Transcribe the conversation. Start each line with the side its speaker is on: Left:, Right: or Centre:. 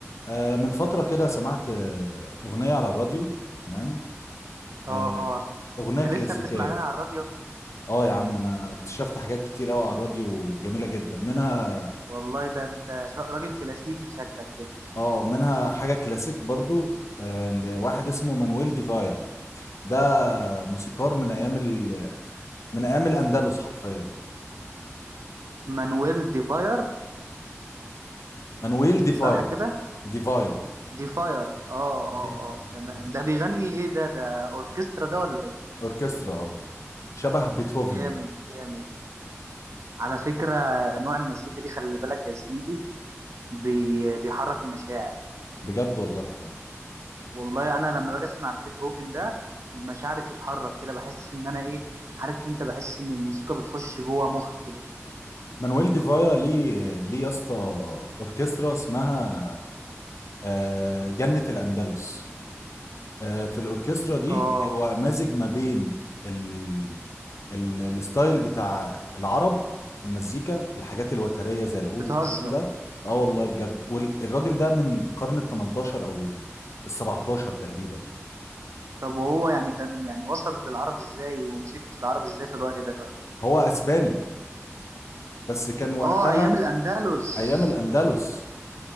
Left: آه، من فترة كده سمعت آه، أغنية على الراديو تمام
Right: اه
Left: آه، أغنية
Right: انت
Left: كلاسيكية
Right: لسه بتسمع اغاني على الراديو
Left: اه يا عم أنا اكتشفت حاجات كتير أوي على الراديو جميلة جدا منها
Right: والله ده انت شا- راجل كلاسيكي شكلك كده
Left: اه منها حاجة كلاسيك برضو آه، لواحد اسمه مانويل ديفايا ده موسيقار من أيام ال... من أيام الأندلس حرفيا
Right: مانويل ديفاير
Left: مانويل ديفايا
Right: صح كده
Left: ديفايا
Right: ديفاير اه اه
Left: دي...
Right: اه تمام
Left: دي...
Right: ده بيغني ايه ده ده اوركسترا ده ولا ايه
Left: أوركسترا اه شبه بيتهوفن
Right: جامد
Left: كده
Right: جامد على فكرة نوع المزيكا دي خلي بالك يا زميلي بي بيحرك المشاعر
Left: بجد والله
Right: والله انا لما باجي اسمع بيتهوفن ده مشاعري بتتحرك كده بحس ان انا ايه عارف انت بحس ان الموسيقى بتخش جوه مخي كده
Left: مانويل ديفايا ليه ليه يا اسطى اوركسترا اسمها آه، جنة الأندلس آه، في الاوركسترا دي
Right: اه
Left: هو مازج ما بين ال... ال... الستايل بتاع العرب في المزيكا الحاجات الوترية زي العود
Right: بتهزر
Left: والكلام ده اه والله بجد والراجل ده من قرن ال 18 او ال ال 17 تقريبا
Right: طب وهو يعني كان يعني وصل للعرب ازاي وموسيقى العرب ازاي في الوقت ده طيب
Left: هو اسباني بس كان وقتها
Right: اه ايام الاندلس
Left: ايام الاندلس